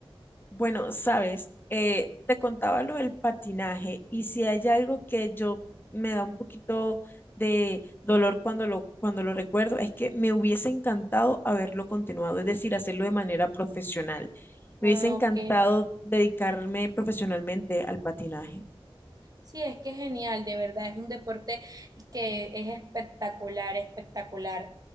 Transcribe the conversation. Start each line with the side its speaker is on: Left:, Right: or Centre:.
Left: Bueno, sabes, eh, te contaba lo del patinaje y si hay algo que yo me da un poquito de dolor cuando lo, cuando lo recuerdo, es que me hubiese encantado haberlo continuado, es decir, hacerlo de manera profesional. Me
Right: Ah,
Left: hubiese encantado
Right: ok.
Left: dedicarme profesionalmente al patinaje.
Right: Sí, es que es genial, de verdad, es un deporte que es espectacular, espectacular.